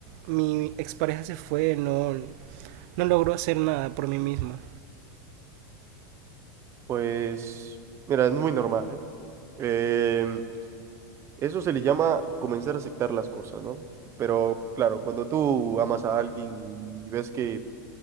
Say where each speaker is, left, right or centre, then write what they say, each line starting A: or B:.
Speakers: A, on the right; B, on the right.
A: mi expareja se fue, no, no logró hacer nada por mí misma.
B: Pues, mira, es muy normal, ¿eh? Em, eso se le llama comenzar a aceptar las cosas, ¿no? Pero claro, cuando tú amas a alguien y ves que